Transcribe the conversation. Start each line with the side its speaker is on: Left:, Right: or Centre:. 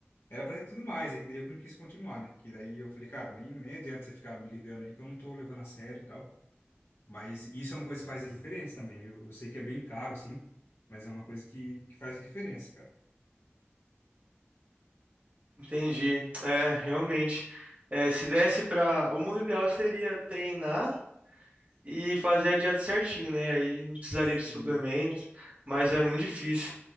Left: Era pra ter tido mais, é que daí eu que não quis continuar, né? Que daí eu falei, cara, nem, nem adianta você ficar me ligando aí que eu não tô levando a sério e tal. Mas isso é uma coisa que faz a diferença também, viu? Eu sei que é bem caro, sim, mas é uma coisa que, que faz a diferença, cara.
Right: Entendi. É, realmente. É, se desse pra. O mundo ideal seria treinar e fazer a dieta certinho, né? Aí não precisaria
Left: Sim.
Right: de suplemento, mas é muito difícil.